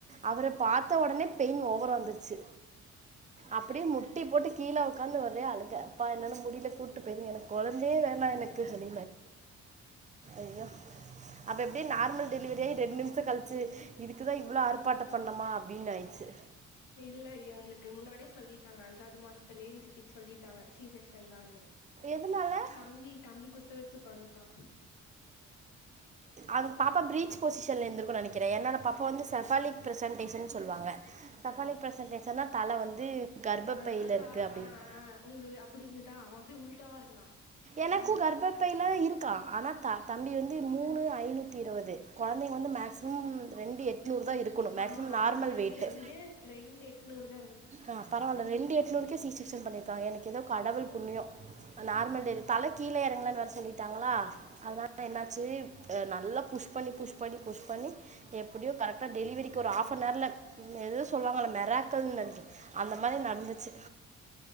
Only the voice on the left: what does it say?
இல்ல எங்களுக்கு முன்னாடியே சொல்லிட்டாங்க அஞ்சாது மாசத்துலயே எங் சித்திக்கு சொல்லிட்டாங்க சி செக்ஸன் தான்னு
தம்பி தம்பி குத்த வச்சு உக்காந்ட்டா
அத அதெல்லா கா
ஆ ஆ உங்க இது அப்டி இருந்துதா அவ அப்டி உள்ட்டாவா இருந்தா ஸ்கேன்ல
ஆமாமா
தம்பி வந்து
ரெண்டு ரெண்டு எட்நூறுதா